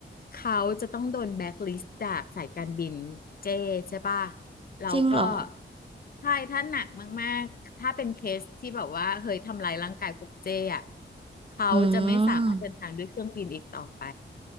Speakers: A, on the left; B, on the right.
A: เขาจะต้องโดนแบ็คลิสต์จากสายการบินเจใช่ป่ะแล้วก็
B: จริงเหรอ
A: ใช่ถ้าหนักมากๆถ้าเป็นเคสที่แบบว่าเฮ้ยทำลายร่างกายพวกเจอ่ะเขาจะไม่สามารถเดินทางด้วยเครื่องบินอีกต่อไป
B: อืม